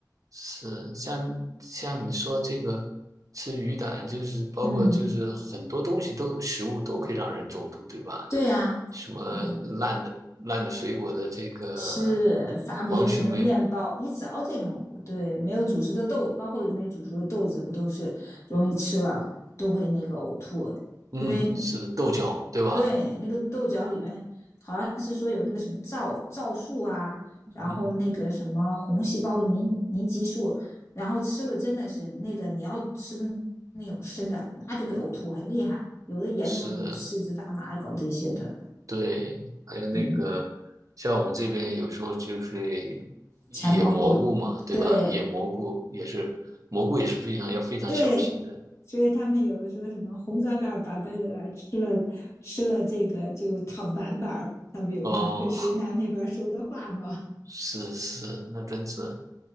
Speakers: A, on the right (about 50°); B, on the left (about 40°).
A: 是，像像你说这个吃鱼胆，就是包括就是很多东西都食物都可以让人中毒，
B: 嗯，
A: 对吧？
B: 对啊，
A: 什么烂的烂的水果的这个
B: 嗯，吃发霉的什么面包，
A: 黄曲霉，
B: 你只要这种对没有煮熟的豆，包括没煮熟的豆子，不都是容易吃了都会那个呕吐，
A: 嗯，
B: 因为
A: 是的，豆角，对吧？
B: 对，那个豆角里面好像是说有那个什么皂皂素啊，
A: 嗯，
B: 然后那个什么红细胞凝凝集素，然后吃了真的是那个你要吃的那种生的，那就会呕吐，很厉害。有的严重的就四肢发麻，
A: 是的，
B: 搞这些的，
A: 对，还有那个像我们这边有时候就是野蘑菇嘛，
B: 嗯，柴猫菇，
A: 对吧？
B: 对
A: 野蘑菇也是蘑菇也是非常要非常小心的。
B: 对，所以他们有人说什么红嘎嘎、白白嘎嘎，吃了吃了这个就躺板板儿，他们有个
A: 哦，
B: <laughs> 云南那边说的话嘛，
A: 是是，那真是